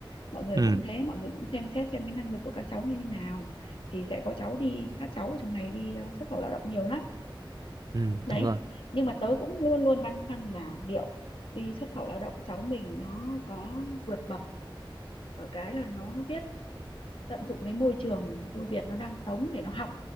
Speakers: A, on the left; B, on the right.
A: mọi người
B: ừ
A: cũng Ừ. thế mọi người cũng xem xét xem cái năng lực của các cháu như thế nào thì sẽ có cháu đi các cháu ở trong này đi ờ, xuất khẩu lao động nhiều lắm
B: ừ
A: đấy
B: đúng rồi
A: nhưng mà tớ cũng luôn luôn băn khoăn là liệu đi xuất khẩu lao động cháu mình nó có vượt bậc ở cái là nó biết tận dụng cái môi trường ưu việt nó đang sống để nó học